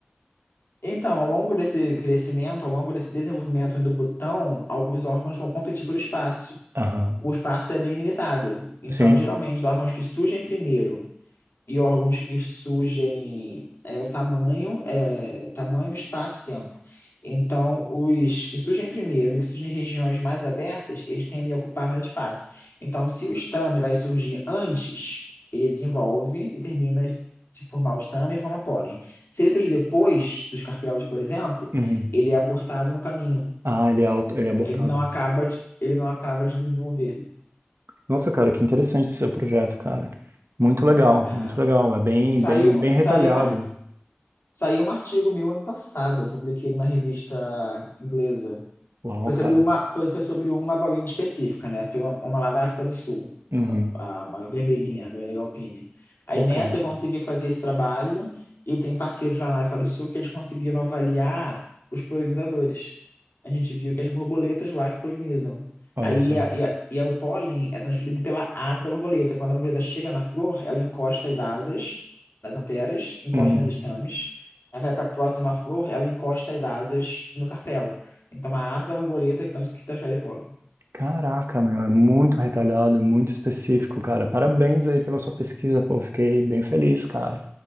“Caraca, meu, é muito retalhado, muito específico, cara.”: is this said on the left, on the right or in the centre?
Right